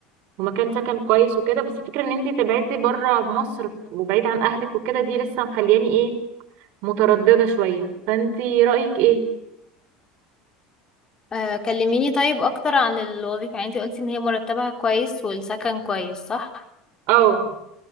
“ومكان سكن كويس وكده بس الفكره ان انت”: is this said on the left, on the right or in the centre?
Right